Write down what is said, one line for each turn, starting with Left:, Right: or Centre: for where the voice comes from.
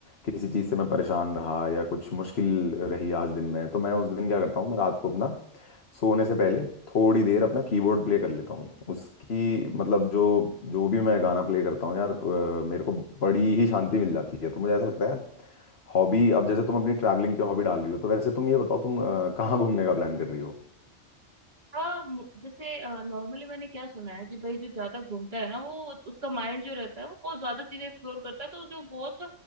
Left: किसी चीज़ से मैं परेशान रहा या कुछ मुश्किल रही आज दिन में तो मैं उस दिन क्या करता हूँ मैं रात को अपना सोने से पहले थोड़ी देर अपना कीबोर्ड प्ले कर लेता हूँ उसकी मतलब जो जो भी मैं गाना प्ले करता हूँ यार अ, मेरे को बड़ी ही शांति मिल जाती है तो मुझे ऐसा लगता है यार हॉबी अब जैसे तुम अपनी ट्रैवलिंग की हॉबी डाल रही हो तो वैसे तुम ये बताओ तुम अ, कहाँ घूमने का प्लान कर रही हो
Right: हाँ मु- जैसे नॉर्मली मैंने क्या सुना है कि भाई जो ज्यादा घूमता है ना वो उसका माइंड जो रहता है वो बहुत ज्यादा चीजें एक्सप्लोर करता है तो जो बहुत